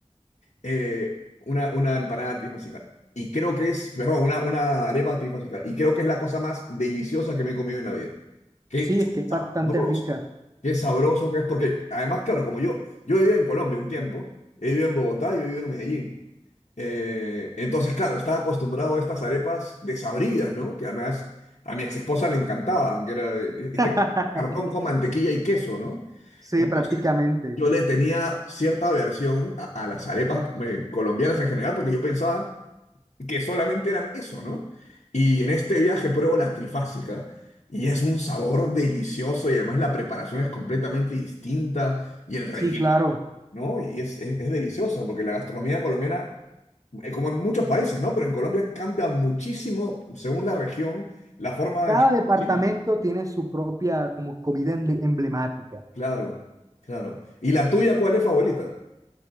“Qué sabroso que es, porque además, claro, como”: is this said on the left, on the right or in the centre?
Left